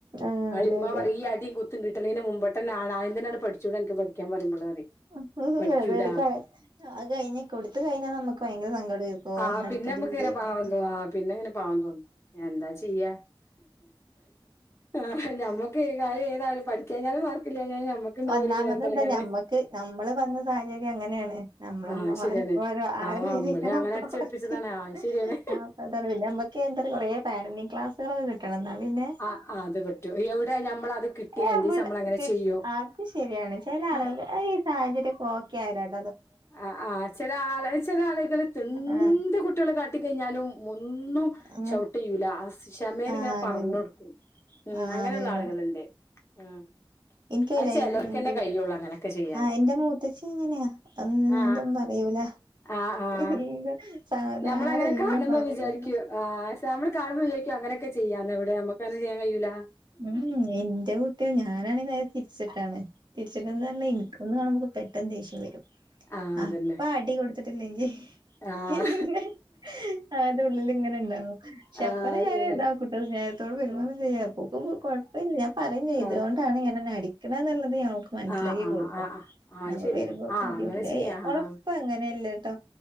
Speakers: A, on the right; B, on the left.
A: ആഹ്
B: അവിടെ
A: അതെ
B: ഉമ്മ
A: അതെ
B: പറയും ഈ അടീം കുത്തും കിട്ടണേന് മുമ്പിട്ട് തന്നെ ആദ്യം തന്നെ അങ്ങട് നിനക്ക് പഠിച്ചൂട നിനിക്ക് പഠിക്കാൻ പറയുമ്പോൾ എന്ന് പറയും
A: <unintelligible>
B: പഠിക്കൂല
A: അത് കഴിഞ്ഞ് കൊടുത്ത് കഴിഞ്ഞാൽ നമുക്ക് ഭയങ്കര സങ്കടമായിരിക്കും
B: ആ
A: അടിക്കണ്ടില്ലായിരുന്നു
B: പിന്നെ നമ്മുക്ക് ഇങ്ങനെ പാവം തോന്നും ആ പിന്നെ ഇങ്ങനെ പാവം തോന്നും ഞാൻ എന്താ ചെയ്യാ ആഹ് ഞമ്മക്ക് കാര്യംഏതായാലും പഠിക്കാഞ്ഞാലും മാർക്കില്ലാഞ്ഞാലും ഞമ്മക്കുണ്ടാവും
A: ഒന്നാമത്
B: ഒരു ഭ്രാന്ത്
A: എന്താ
B: എളക്കാൻ
A: ഞമ്മക്ക് നമ്മള് വന്ന സാഹചര്യം അങ്ങനെയാണ് നമ്മളെ
B: ആ
A: ഉമ്മമാരെ
B: ശരിയാണ്
A: പോലെ ആയിരിക്കണം
B: ആ നമ്മളെ അങ്ങനെ
A: <unintelligible>
B: അടിച്ചേൽപ്പിച്ചതാണ് ആ ശരിയാണ്
A: അതാണ് പിന്നെ നമ്മുക്ക് എന്താ കൊറേ പാരന്റിംഗ് ക്ലാസ് - വെറുതെ കിട്ടണം എന്നാ പിന്നെ
B: ആ ആ അത് പറ്റും എവിടെ ഞമ്മളത് കിട്ടി രണ്ടീസം
A: എവിടെ
B: നമ്മളങ്ങനെ ചെയ്യും
A: അത് ശരിയാണ് ചെല ആളുകൾക്ക്
B: ആഹ്
A: ഈ സാഹചര്യമൊക്കെ ഓക്കെ ആയാലാ-
B: ആഹ് ആഹ് ചെല ആള് ചെല ആളുകള് എന്ത്
A: ആഹ്
B: കു- കള് കാട്ടി കഴിഞ്ഞാലും ഒന്നും
A: ആഹ്
B: ഷൗട്ട് ചെയ്യൂല ആ ക്ഷമേല്
A: ആഹ്
B: ഇങ്ങനെ
A: അതെ
B: പറഞ്ഞു
A: അതെ
B: കൊടുക്കും ഉം
A: ആഹ്
B: അങ്ങനെയുള്ള
A: അതെ അതെ
B: ആളുകളുണ്ട് ഉം
A: എനിക്കല്ലേ
B: അത് ചെലോർക്ക്‌ തന്നെ
A: പി
B: കയ്യുള്ളൂ അങ്ങനെയൊക്കെ ചെയ്യാന്
A: ആ എന്റെ മൂത്തച്ചി - അങ്ങനെയാ ഒന്നും
B: ആഹ്
A: പറയൂല
B: ആഹ് ആഹ്
A: എന്താ സാവധാനം
B: ഞമ്മളങ്ങനെ
A: എല്ലാം
B: കാണുമ്പോ
A: പറയും
B: വിചാരിക്കും ആഹ് പക്ഷെ നമ്മള് കാണുംപോ വിചാരിക്കും അങ്ങനൊക്ക ചെയ്യാന്ന് ഇവിടെ നമ്മുക്കത് ചെയ്യാൻ കഴിയൂലാ
A: ഉം എന്റെ കുട്ടിയെ ഞാനാണെ നേരെ തിരിച്ചിട്ടാണ് തിരിച്ചിട്ടെന്ന് പറഞ്ഞാ എനിക്കൊന്ന് കാണും പോ പെട്ടെന്ന് ദേഷ്യം വരും
B: ആഹ് അതന്നെ
A: അപ്പ അടികൊടു- ഇല്ലെങ്കി-
B: ആഹ്
A: പിന്നെ അത് ഉള്ളിൽ ഇങ്ങനെ ഉണ്ടാവും പക്ഷെ
B: ആഹ്
A: അപ്പഴെ ഞാൻ ഇതാ- പെട്ടെന്ന് സ്നേഹത്തോടെ പെരുമാറും ചെയ്യാം അപ്പോ അത് കൊഴപ്പമില്ല ഞാൻ പറയും ചെയ്യും
B: ശരിയാണ്
A: ഇത് കൊണ്ടാണ് ഇങ്ങനെ നിന്നെ അടിക്കണേ എന്നുള്ളത് ഞങ്ങക്ക് മനസ്സിലാക്കി
B: ആഹ്
A: കൊടുക്കും
B: ആഹ് ആഹ് ആഹ് ആഹ് ആഹ് ആഹ് അത്
A: അപ്പൊ
B: ശരിയാ
A: വരുമ്പോക്ക
B: ആഹ്
A: ബുദ്ധിമുട്ടില്ല
B: അങ്ങനെ ചെയ്യാ
A: ഓള്
B: ആഹ്
A: ഇപ്പൊ അങ്ങനെയല്ലട്ടോ